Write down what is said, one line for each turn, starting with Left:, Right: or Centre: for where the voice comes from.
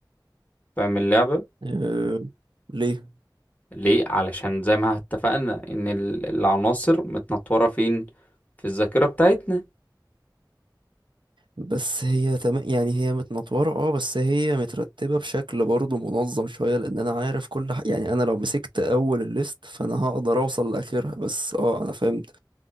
Left: فاهم اللعبة
Right: أه ليه
Left: ليه علشان زي ما اتفقنا ان ال- العناصر متنطوره فين في الذاكره بتاعتنا
Right: بس هي تم... يعني هي متنطوره اه بس هي مترتبه بشكل برضه منظم شويه لان انا عارف كل ح... يعني انا لو مسكت اول الليست فانا هقدر اوصل لاخرها بس اه انا فهمت